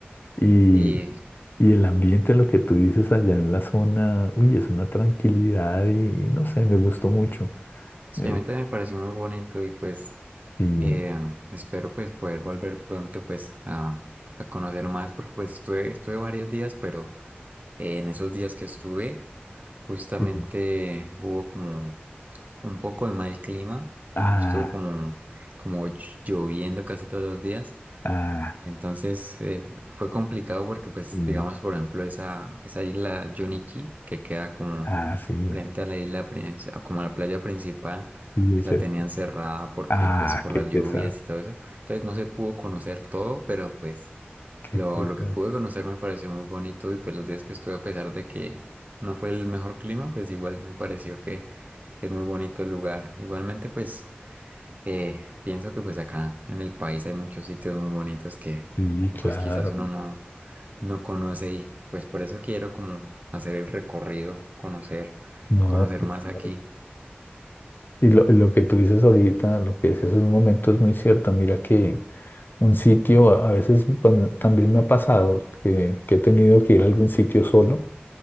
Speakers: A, on the left; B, on the right.
A: Y,
B: sí,
A: y el ambiente, lo que tú dices allá en la zona, uy, es una tranquilidad y no sé, me gustó mucho.
B: sí,
A: Eh,
B: a mí también me pareció muy bonito y pues
A: y,
B: Eh, espero pues poder volver pronto pues a, a conocer más porque pues estuve, estuve varios días, pero eh, en esos días que estuve justamente
A: y-
B: hubo como un poco de mal clima,
A: ah,
B: estuvo como, como lloviendo casi todos los días
A: Ah,
B: entonces eh, fue complicado porque, pues,
A: sí.
B: digamos, por ejemplo, esa, esa isla Johnny Cay, que queda como
A: Ah, sí.
B: frente a la isla, princi- a como la playa principal,
A: Y dice,
B: la tenían cerrada porque,
A: ah,
B: pues, por
A: qué
B: las
A: pesar,
B: lluvias y todo eso. Entonces no se pudo conocer todo, pero pues
A: qué
B: lo,
A: pesar.
B: lo que pude conocer me pareció muy bonito y pues los días que estuve, a pesar de que no fue el mejor clima, pues igual me pareció que es muy bonito el lugar. Igualmente, pues... Eh, pienso que pues acá en el país hay muchos sitios muy bonitos que,
A: Sí,
B: que
A: claro.
B: pues quizás uno no, no conoce y pues por eso quiero como hacer el recorrido, conocer,
A: No,
B: conocer
A: claro.
B: más aquí.
A: Y lo, lo que tú dices ahorita, lo que dices en un momento es muy cierto. Mira que un sitio, a a veces pan- también me ha pasado que, que he tenido que ir a algún sitio solo